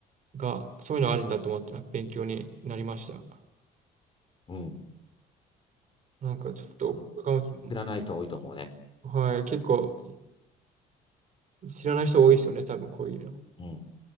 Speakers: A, on the right; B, on the left.
A: が、そういうのあるんだと思って勉強になりました。
B: うん。
A: なんかちょっと、
B: 多分、
A: これかも
B: 知らない人多いと思うね。
A: はい、結構知らない人多いですよね、多分こういうの。
B: うん。